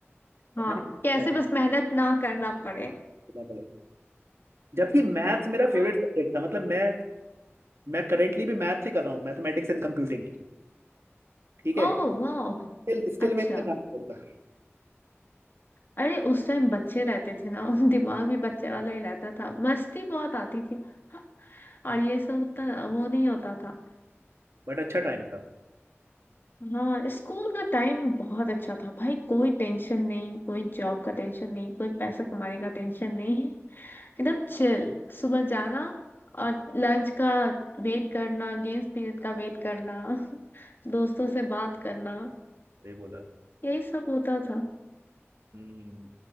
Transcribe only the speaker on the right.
पता
नहीं
क्या
करना पड़ेगा। जबकि मैथ्स मेरा फेवरेट
सब्जेक्ट था मतलब मैं मैं करेंटली भी मैथ्स ही कर रहा हूँ मैथमेटिक्स एंड कंप्यूटिंग ठीक है
स्टिल स्टिल
मैं इतना काम करता
बट अच्छा टाइम था
ये बोला
हम्म